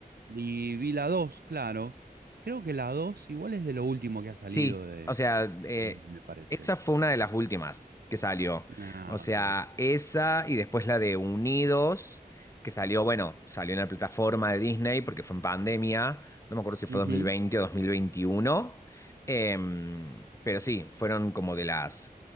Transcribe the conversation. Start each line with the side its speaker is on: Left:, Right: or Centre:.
Right: Y vi la 2, claro. Creo que la 2 igual es de lo último que ha salido
Left: Sí,
Right: de...
Left: o sea, eh,
Right: de Disney, Me parece.
Left: esa fue una de las últimas que salió.
Right: Ah,
Left: O sea,
Right: ok.
Left: esa y después la de Unidos, que salió, bueno, salió en la plataforma de Disney porque fue en pandemia, no me acuerdo si fue
Right: Ujú.
Left: dos mil veinte o 2021, em, pero sí, fueron como de las,